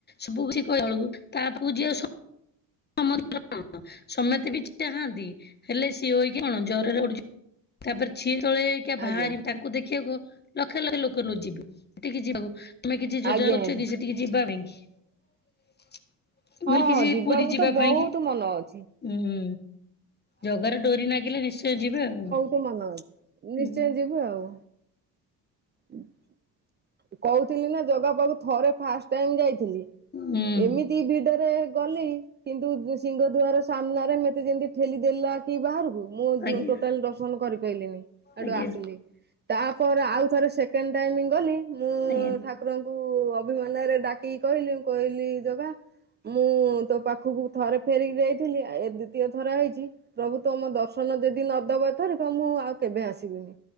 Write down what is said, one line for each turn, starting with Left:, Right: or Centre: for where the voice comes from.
Left: ସବୁ କିଛି କହିଲ ବେଳକୁ ତା ପାଖକୁ ଯିଏ ଆଉ। ସମ କଣ ସମେସ୍ତେ ବି ଚାହାନ୍ତି ହେଲେ ସିଏ ହେକି କଣ ଜରରେ ପଡୁଛି। ତାପରେ ଛିିଅ ତଳେ! ଟିକେ ବାହାରିବି
Right: ଆଜ୍ଞା।
Left: ତାଙ୍କୁ ଦେଖିବାକୁ ଲକ୍ଷ ଲକ୍ଷ ଲୋକ ନ ଯିବେ ସେ ଯିବା। ତମେ କିଛି ଯୋଜ
Right: ଆଜ୍ଞା
Left: କରୁଛ
Right: ଆଜ୍ଞା
Left: କି ସେ ଟିକେ ଯିବା ପାଇଁ କି। ମୁଁ କହିଲି
Right: ହଁ
Left: କିଛି
Right: ହଁ ଯିବାକୁ-
Left: ପୁରୀ ଯିବା
Right: ତ
Left: ପାଇଁ
Right: ବହୁତ
Left: କି
Right: ମନ ଅଛି
Left: ଉୁଁ ଜଗାରେ ଡୋରି ନାଗିଲେ ନିଶ୍ଚୟ ଯିବେ ଆଉ।
Right: ତୁ ମନ ଅଛି
Left: ହୁଁ
Right: ନିଶ୍ଚୟ ଯିବୁ ଆଉ। ଆଚଛା <inaudible> <unintelligible> କହୁଥିଲି ନା ଜଗା ପାଖକୁ ଥରେ ଫାଷ୍ଟ ଟାଇମ ଯାଇଥିଲି।
Left: ହୁଁ
Right: ଏମିତି ଭିଡରେ ଗଲି। କିନ୍ତୁ ସିଂହ ଦୁଆର ସାମ୍ନାରେ ମତେ ଯେମିତି ଠେଲିଦ ଦେଲା। କି ବାହାରକୁ ମୁଁ
Left: ଆଜ୍ଞା।
Right: ଟୋଟାଲ ଦର୍ଶନ କରିପାରଲିିନି ଏଠୁ
Left: ଆଜ୍ଞା
Right: ଆସିଲି। ତାପରେ ଆଉ ଥରେ ସେକେଣ୍ଡ ଟାଇମ ଗଲି ମୁଁ
Left: ଆଜ୍ଞା
Right: ଠାକୁର! ଠାକୁରଙ୍କୁ ଅଭିମାନ ରେ ଡାକିକି କହିଲି ମୁ କହିଲି ଜଗା! ମୁଁ ତୋ ପାଖକୁ ଥରେ ଫେରିକି ଯାଇଥିଲି ଆ ଏ ଦ୍ଵିତୀୟ ଥର ହେଇଛି। ପ୍ରଭୁ ତମ ଦର୍ଶନ ଯଦି ନଦବଥରେ କ ମୁଁ ଆଉ- କେବେ ଆସିବିନି